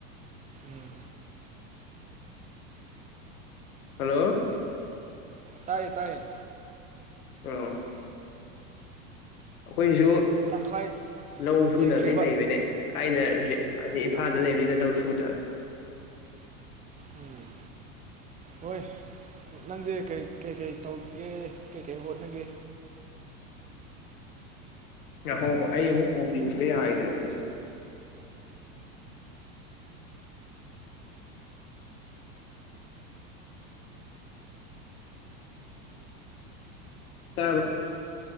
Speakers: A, on the right; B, on the left.
A: ꯎꯝ
B: ꯍꯜꯂꯣ
A: ꯇꯥꯏꯌꯦ ꯇꯥꯏꯌꯦ
B: ꯑꯥ ꯑꯩꯈꯣꯏꯁꯨ
A: ꯇꯪꯈꯥꯏ
B: ꯂꯧ ꯁꯨꯅꯕꯗꯤ
A: ꯍꯦꯟꯈ꯭ꯔꯦꯕ
B: ꯂꯩꯕꯅꯦ ꯑꯩꯅ ꯏꯝꯐꯥꯜꯗ ꯂꯩꯕꯅꯤꯅ ꯂꯧꯁꯨꯗ
A: ꯎꯝ ꯍꯣꯏ ꯅꯪꯗꯤ ꯀꯩꯀꯩ ꯇꯧꯒꯦ ꯀꯩꯀꯩ ꯍꯣꯠꯅꯒꯦ
B: ꯑ ꯍꯣ ꯍꯣ ꯑꯩ ꯑꯃꯨꯛ ꯑꯣꯗꯤ ꯎꯕ ꯌꯥ ꯍꯥꯏꯗ꯭ꯔꯦ ꯇꯁꯦ ꯇꯥꯔꯕꯦ